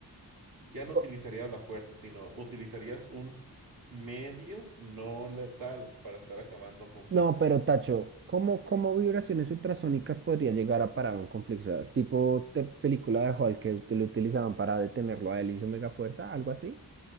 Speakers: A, on the right (about 55°); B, on the right (about 35°).
A: Ya no
B: o-
A: utilizaría la fuerza, sino utilizarías un medio no letal para estar acabando conflictos.
B: No, pero Tacho, ¿cómo, cómo vibraciones ultrasónicas podría llegar a parar un conflicto? O sea, tipo de película de Hulk que ut- lo utilizaban para detenerlo a él y su mega fuerza, algo así.